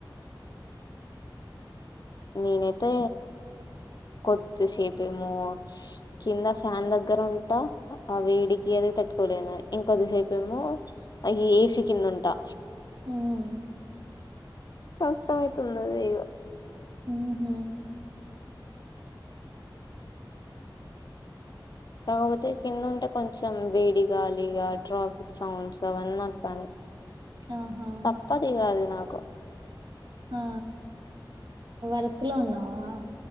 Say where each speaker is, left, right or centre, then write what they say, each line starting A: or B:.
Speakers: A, on the left; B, on the right.
A: నేనైతే కొద్దిసేపేమో కింద ఫ్యాన్ దగ్గర ఉంటా ఆ వేడికి అది తట్టుకోలేను ఇంకొద్దిసేపేమో అవి ఏసీ కింద ఉంటా
B: హ్మ్మ్
A: కష్టమ తందగా
B: హ్మ్మ్
A: రాతే కింద ఉంట కొంచెం వేడి గాలిగా ట్రాఫిక్ సౌండ్స్ అవన్నీ వొత్తన్నై.
B: ఆహా
A: తప్పదిగ అది నాక్
B: ఆ వర్క్ లో ఉన్నావా?